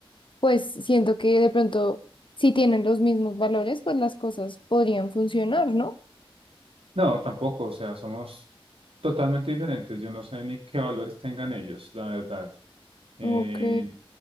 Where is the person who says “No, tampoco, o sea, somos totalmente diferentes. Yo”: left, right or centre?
Right